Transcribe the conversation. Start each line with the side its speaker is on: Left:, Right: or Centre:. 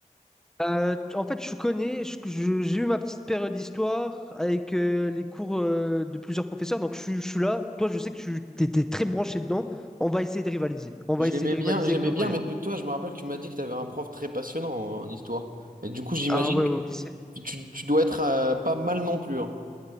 Centre: Euh, en fait, je connais, je- je- j'ai eu ma petite période d'histoire avec euh, les cours euh, de plusieurs professeurs, donc je, suis je suis là. Toi, je sais que tu étais très branché dedans. On va essayer de rivaliser. On va
Right: J'aimais
Centre: essayer de
Right: bien,
Centre: rivaliser
Right: j'aimais
Centre: avec nos
Right: bien,
Centre: moyens.
Right: mais toi, je me rappelle que tu m'as dit que t'avais un prof très passionnant en histoire. Et du coup, j'imagine
Centre: Ah ouais,
Right: que
Centre: au lycée.
Right: tu, tu dois être euh, pas mal non plus. hein.